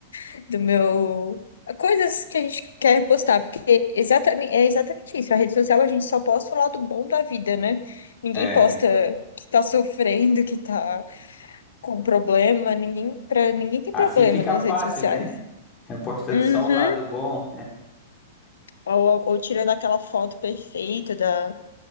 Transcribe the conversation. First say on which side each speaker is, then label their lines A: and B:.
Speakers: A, on the left; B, on the left.
A: <laughs> do meu. Coisas que a gente quer postar, porque exatamente, é exatamente isso. A rede social a gente só posta o lado bom da vida, né? Ninguém
B: É.
A: posta
B: <laughs>
A: que tá sofrendo, que tá com problema, ninguém, pra, ninguém tem
B: Assim
A: problema
B: fica
A: nas
B: fácil,
A: redes sociais.
B: né? <laughs> Postando
A: Uhum.
B: só o lado bom,
A: Ou, ou tirando aquela foto perfeita da,